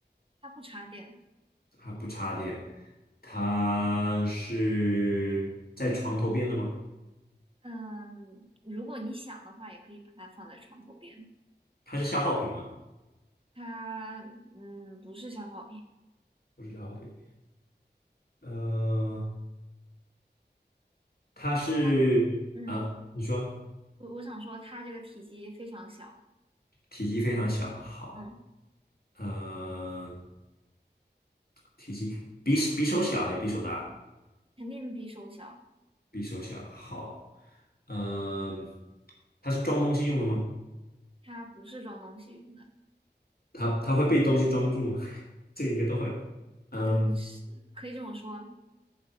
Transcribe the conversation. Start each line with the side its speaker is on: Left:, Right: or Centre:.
Right: 它不插电。
Left: 它不插电。它是在床头边的吗？
Right: 嗯，如果你想的话，也可以把它放在床头边。
Left: 它是消耗品吗？
Right: 它嗯不是消耗品，
Left: 不是消耗品。呃，它是啊，
Right: 它嗯
Left: 你说。
Right: 我我想说它这个体积非常小，
Left: 体积非常小，好，
Right: 嗯，
Left: 嗯，体积比比手小还是比手大？
Right: 肯定比手小。
Left: 比手小，好，嗯、它是装东西用的吗？
Right: 它不是装东西用的，
Left: 它它会被东西装住吗？<laughs> 这个应该都会吧。嗯，
Right: 嗯是可以这么说，